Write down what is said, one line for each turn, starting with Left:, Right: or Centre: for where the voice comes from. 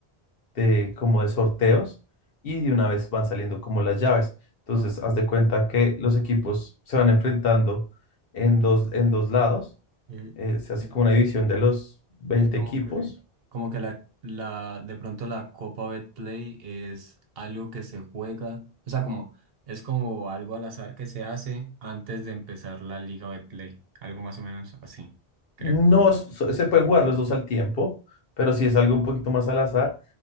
Left: de como de sorteos y de una vez van saliendo como las llaves. Entonces,
Right: Ah,
Left: haz de cuenta que los equipos se van enfrentando en dos, en dos lados.
Right: eh,
Left: Eh, se
Right: ok.
Left: hace como una división de los 20
Right: Es como
Left: equipos.
Right: que, como que la, la, de pronto la Copa Betplay es algo que se juega, o sea, como, es como algo al azar que se hace antes de empezar la Liga Betplay, algo más o menos así, creo.
Left: No s- so, se pueden jugar los dos al tiempo, pero sí es algo un poquito más al azar.